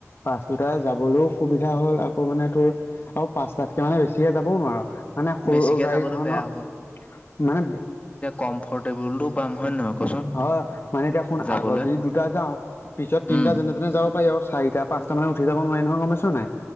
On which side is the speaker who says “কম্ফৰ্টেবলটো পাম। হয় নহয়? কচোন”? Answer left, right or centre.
Left